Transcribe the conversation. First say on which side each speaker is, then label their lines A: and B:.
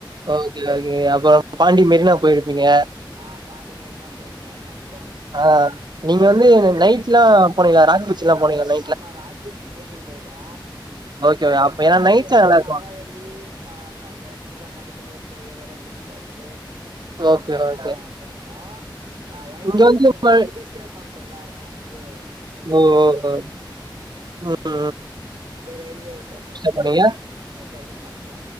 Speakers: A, on the right (about 55°); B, on the right (about 80°).
A: ஓகே ஓகே அப்பறோ பாண்டி மெரினா போயிருப்பீங்க
B: ஆ பாண்டிமேரினா போயிருந்தோ பக்கோ
A: ஆ நீங்க வந்து நைட்ல்லா போனீங்களா ராக்பீச்ல்லா போனீங்கள்ள
B: ஆமா ராக்பீச் நைட்ல போயிட்டோ
A: ஓகே ஓகே. அப்ப ஏன்னா
B: காலேல
A: நைட்ல
B: வந்து
A: நல்லா இருக்கு
B: ஆறாவெள்ளி சாம்ப ந்த ஆக்ச்சுவலா பக்கத்துல இருக்கிற ஏரியலா சுத்தி பாத்துட்டு
A: ஓகே
B: அங்கெல்லா
A: ஓகே
B: போயிருந்தோ அ ஒயிட்டோன்
A: இங்க
B: வந்து நைட்
A: ம-
B: அங்கயே ஸ்டே பண்டோல அதனால அங்கயே நைட்
A: ஓ
B: பாத்துக்கலானு
A: ஓ, ஓ.
B: <unintelligible>
A: ம்
B: அப்டியே ரயில்வே ஸ்டேஷன்
A: போனிங்க
B: எங்ளுக் அப்டி பக்கோ